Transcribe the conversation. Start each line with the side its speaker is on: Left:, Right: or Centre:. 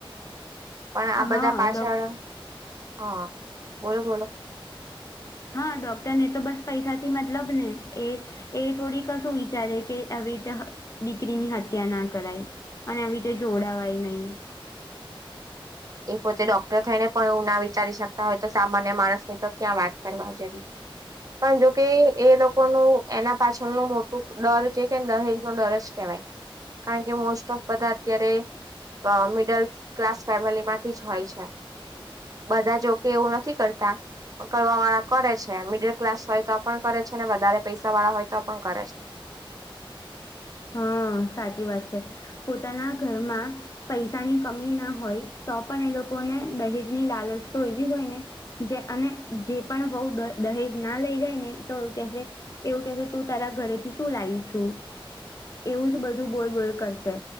Right: પણ આ બધા
Left: હા
Right: પાછળ
Left: ડોક
Right: હા બોલો બોલો
Left: હા ડોક્ટર ને તો બસ પૈસાથી મતલબને એ એ થોડી કશું વિચારે કે આવીતો દીકરીની હત્યા ના કરાય અને આવી રીતે જોડાવાય નહી.
Right: એ પોતે ડોક્ટર થઈને પણ એવું ના વિચારી શકતા હોય તો સામાન્ય માણસની તો ક્યાં વાત કરવા જવી પણ જોકે એ લોકોનું એના પાછળનું મોટું ડર છે કે દહેજ નો ડર જ કેવાય કારણ કે મોસ્ટઓફ બધા અત્યારે અ મિડલ ક્લાસ ફેમિલીમાં થી જ હોય છે બધા જોકે એવું નથી કરતા કરવા વાળા કરે છે મિડલ ક્લાસ હોય તો પણ કરે છે ને વધારે પૈસા વાળા હોય તો પણ કરે છે.
Left: હા સાચી વાત છે પોતાના ઘરમાં પૈસાની કમી ના હોય તો પણ એ લોકોને દહેજની લાલચ તો એવી હોય ને જે અને જે પણ વવું દહેજ ના લઈ જાય ને તો કેશે એવું કે છે તું તારા ઘરેથી શું લાવી છુ. એવું જ બધું બોલ બોલ કરશે